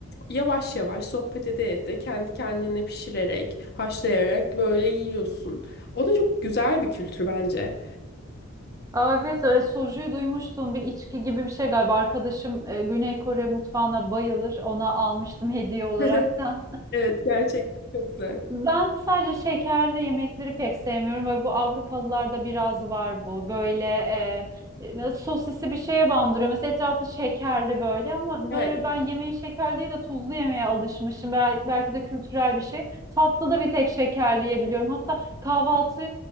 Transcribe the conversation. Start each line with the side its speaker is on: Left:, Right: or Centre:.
Left: yavaş yavaş sohbet ede ede kendi kendine pişirerek, haşlayarak böyle yiyorsun. O da çok güzel bir kültür bence.
Right: Aa, evet, e, sojuyu duymuştum. Bir içki gibi bir şey galiba. Arkadaşım e, Güney Kore mutfağına bayılır. Ona almıştım hediye
Left: <laughs>
Right: olaraktan. <laughs>
Left: Evet, gerçekten çok güzel.
Right: Ben sadece şekerli yemekleri pek sevmiyorum ve bu Avrupalılarda biraz var bu. Böyle e, e, sosisli bir şeye bandırıyor. Mesela etrafı şekerli böyle ama
Left: Evet,
Right: böyle ben yemeği şekerli değil de tuzlu yemeye alışmışım. Bel- belki de kültürel bir şey. Tatlı da bir tek şekerli yiyebiliyorum. Hatta kahvaltı